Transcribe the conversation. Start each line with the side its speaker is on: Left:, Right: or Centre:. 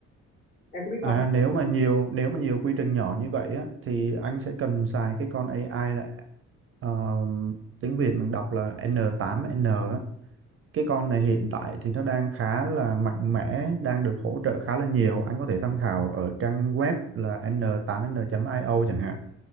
Left: em có biết
Right: À,
Left: không
Right: nếu mà nhiều nếu mà nhiều quy trình nhỏ như vậy á thì anh sẽ cần xài cái con AI là um, tiếng Việt mình đọc là n tám n á. Cái con này hiện tại thì nó đang khá là mạnh mẽ, đang được hỗ trợ khá là nhiều. Anh có thể tham khảo ở trang web là n 8 n O chẳng hạn.